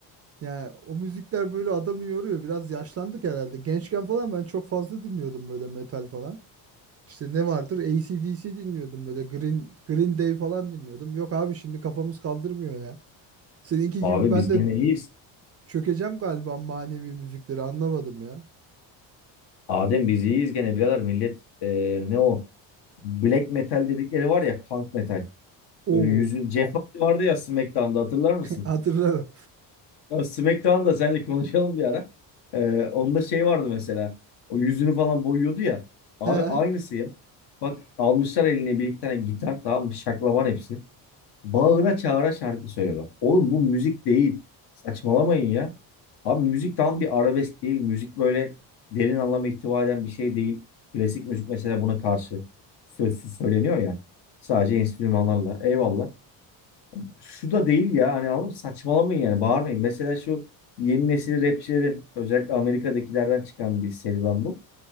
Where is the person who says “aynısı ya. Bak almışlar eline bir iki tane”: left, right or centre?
Left